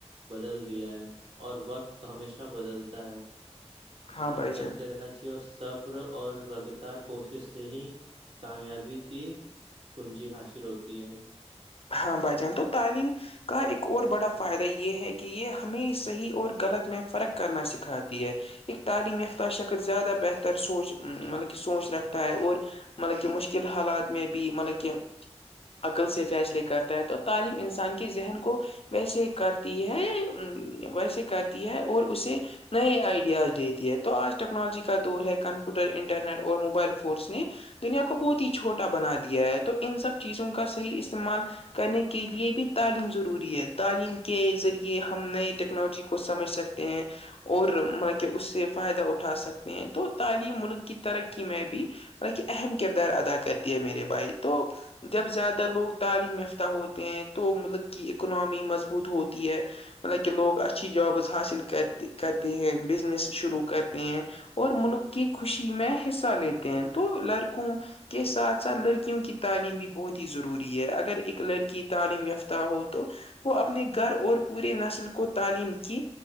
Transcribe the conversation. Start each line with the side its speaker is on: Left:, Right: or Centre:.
Right: بدل دیا ہے اور وقت ہمیشہ بدلتا ہے اور
Left: ہاں
Right: محنت
Left: بھائی جان
Right: کرتے رہنا اور سبر اور لگاتار کوشش سے ہی کامیابی کی کنجی حاصل ہوتی ہے
Left: ہاں بجان تو تعلیم کا ایک اور بڑا فائدہ یہ ہے کہ یہ ہمیں صحیح اور غلط میں فرق کرنا سکھاتی ہے ایک تعلیم یافتہ شکل زیادہ بہتر سوچ مطلب کہ سوچ رکھتا ہے اور مطلب کہ مشکل حالات میں بھی مطلب کہ عقل سے فیصلے کرتا ہے تو تعلیم انسان کے ذہن کو ویسے کرتی ہے ویسے کرتی ہے اور اسے نئے آئیڈیاز دیتی ہے تو آج ٹیکنالوجی کا دور ہے کمپیوٹر انٹرنیٹ اور موبائل فونس نے دنیا کو بہت ہی چھوٹا بنا دیا ہے تو ان سب چیزوں کا صحی استعمال کرنے کے لے بھی تعلیم ضروری ہے تعلیم کے ذریعے ہم نئے ٹیکنالوجی کو سمجھ سکتے کہ اور مطلب کہ اس سے فائدہ اٹھا سکتے ہیں تو تعلیم ملک کی ترقی میں بھی مط کہ اہم کردار ادا کرتی ہے میرے بھائی تو جب زیادہ لوگ تعلیم یافت ہوتے ہیں تو مطلب کہ اکنامی مضبوط ہوتی ہے مطلب کہ لوگ اچھی جابس حاصل کرتے کرتے ہیں بزنس شروع کرتے ہیں اور ملک کی خوشی میں حصہ لیتے ہیں تو لڑکوں کے ساتھ ساتھ لڑکیوں کی تعلیم بھی بہت ہی ضروری ہے اگر ایک لڑکی تعلیم یافتہ ہو تو وہ اپنے گھر اور پورے نسل کو تعلیم کی